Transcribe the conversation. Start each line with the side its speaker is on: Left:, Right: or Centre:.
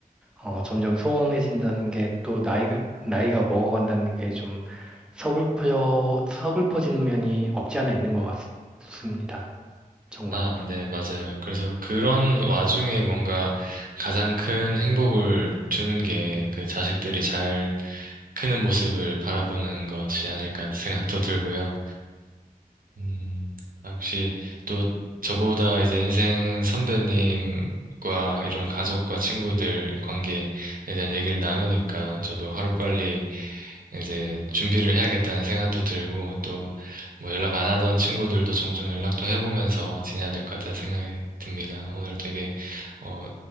Centre: 어 점점 소원해진다는 게 또 나이가 나이가 먹어간다는 게 좀 서글퍼 서글퍼지는 면이 없지 않아 있는 것 같습니다. 정말.
Right: 아, 네, 맞아요. 그래서 그런 와중에 뭔가 가장 큰 행복을 주는 게 그 자식들이 잘 크는 모습을 바라보는 것이 아닐까 생각도 들고요. 음, 아, 혹시 또 저보다 이제 인생 선배님과 이런 가족과 친구들 관계에 대한 얘기를 나누니까 저도 하루빨리 이제 준비를 해야겠다는 생각도 들고 또 뭐 연락 안 하던 친구들도 종종 연락도 해보면서 지내야 될 것 같다는 생각이 듭니다. 오늘 되게 어,